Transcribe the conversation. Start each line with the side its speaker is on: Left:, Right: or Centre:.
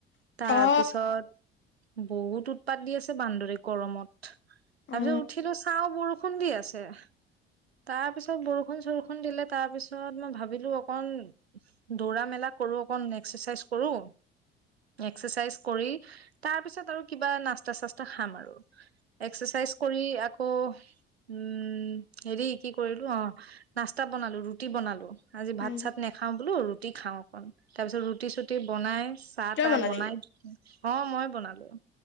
Right: তাৰ
Left: অ
Right: পিছত। বহুত উৎপাত দি আছে বান্দৰীক গৰমত। তাৰপিছত
Left: অ
Right: উঠিলো চাও বৰষুণ দি আছে, তাৰপিছত বৰষুণ চৰষুণ দিলে তাৰ পিছত মই ভাব। ভাবিলো অকণ দৌৰা মেলা কৰো অকণ এক্সাৰচাইজ কৰো। এক্সাৰচাইছ কৰি তাৰ পিছত আৰু কিবা নাস্তা চাস্তা খাম আৰু। এক্সাৰচাইজ কৰি। আকৌ উম হেৰি, কি কৰিলো অ, নাস্তা বনালো ৰুটি বনালো। আজি ভাত
Left: উম
Right: চাত নাখাওঁ বোলো। ৰুটি খাওঁ অকণ, তাৰ পিছত ৰুটি চুটি বনাই। চাহ
Left: তই
Right: তাহ
Left: বনালি
Right: বনাই <inaudible> অ মই বনালো।